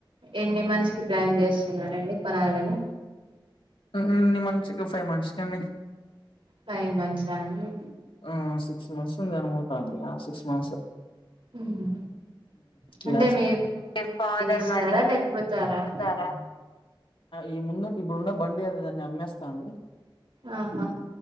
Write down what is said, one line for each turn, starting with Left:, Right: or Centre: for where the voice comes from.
Right: ఎన్ని మంత్స్ ప్లాన్ చేస్తున్నారండి. కొనాలని.
Left: ఉమ్ ఎన్ని మంత్స్ కి, ఫైవ్ మంత్స్ కి అండి.
Right: ఫైవ్ మంత్స్ ఆ అండి.
Left: ఆ సిక్స్ మంత్స్ ఉంది అనుకుంటాండి సిక్స్ మంత్స్.
Right: ఉమ్
Left: క్లాస్కి
Right: అంటే మీ
Left: ఫాదర్
Right: ఇస్తారా
Left: మనీ అడుగుతారా.
Right: లేకపోతారా
Left: ఈ ముందు ఇప్పుడున్న బండి అది దాన్ని అమ్మేస్తా అండి.
Right: ఆహా